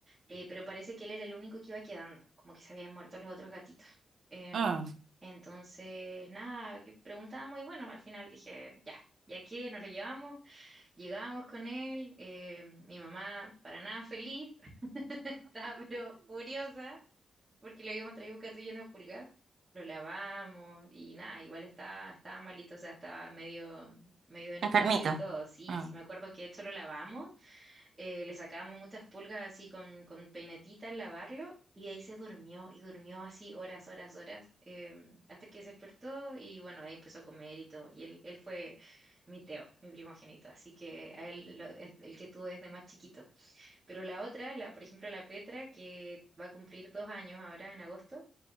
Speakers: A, on the right; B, on the right.
A: eh, pero parece que él era el único que iba quedando, como que se habían muerto los otros gatitos. Em,
B: ah,
A: entonces, nada, yo preguntamos y bueno, al final dije, ya, ya que nos lo llevamos, llegamos con él, em, mi mamá para nada feliz, <laughs> estaba pero furiosa porque le habíamos traído un gato lleno de pulgas, lo lavamos y nada, igual estaba, estaba malito, o sea, estaba medio, medio desnutrido
B: Enfermito,
A: y todo. Sí,
B: ah.
A: sí, me acuerdo que esto lo lavamos, eh, le sacábamos muchas pulgas así con, con peinetita al lavarlo y ahí se durmió y durmió así horas, horas, horas, em, hasta que se despertó y bueno, ahí empezó a comer y todo. Y él, él fue mi Teo, mi primogénito, así que a él lo- es el que tuve desde más chiquito. Pero la otra, la, por ejemplo, la Petra, que va a cumplir dos años ahora en agosto,